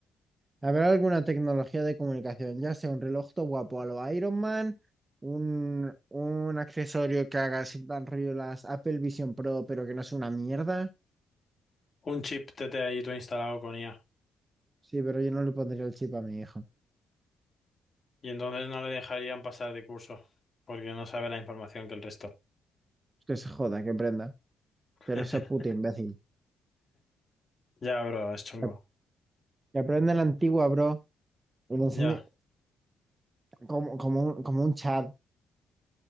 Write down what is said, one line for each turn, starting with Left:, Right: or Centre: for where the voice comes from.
Right: ¿Habrá alguna tecnología de comunicación? Ya sea un reloj todo guapo a lo Iron Man, un, un accesorio que haga así, en rollo las Apple Vision Pro, pero que no sea una mierda.
Left: Un chip TT ahí tú instalado con IA.
Right: Sí, pero yo no le pondría el chip a mi hijo.
Left: Y entonces no le dejarían pasar de curso, porque no sabe la información que el resto.
Right: Que se joda, que prenda.
Left: <laughs>
Right: Pero ese puto imbécil.
Left: Ya, bro, es chungo.
Right: Que que aprenda la antigua, bro. Y le enseñe
Left: Ya.
Right: como, como, un- como un chat.